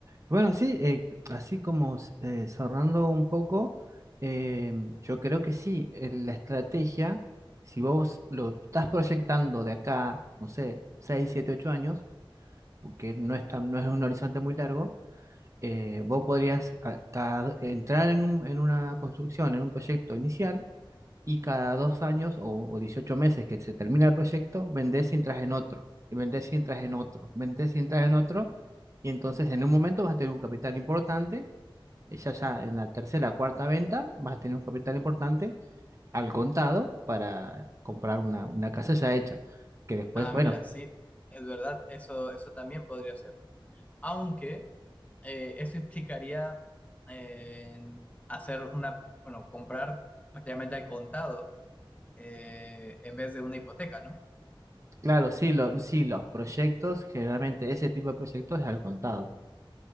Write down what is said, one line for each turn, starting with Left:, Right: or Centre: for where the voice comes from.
Right: Bueno, sí, eh, así como eh, cerrando un poco, eh, yo creo que sí, eh, la estrategia, si vos lo estás proyectando de acá, no sé, 6, 7, 8 años, porque no es tan- no es un horizonte muy largo, eh, vos podrías a- a- entrar en un- en una construcción, en un proyecto inicial, y cada dos años o, o 18 meses que se termina el proyecto, vendés y entras en otro, y vendés y entras en otro, vendés y entras en otro, y entonces en un momento vas a tener un capital importante, eh, ya ya en la tercera, cuarta venta, vas a tener un capital importante al contado para comprar una, una casa ya hecha, que después,
Left: Ah,
Right: bueno,
Left: mira, sí, es verdad, eso, eso también podría ser. Aunque eh, eso implicaría eh, hacer una, bueno, comprar prácticamente al contado eh, en vez de una hipoteca, ¿no?
Right: claro, sí, lo, sí, los proyectos, generalmente ese tipo de proyectos es al contado.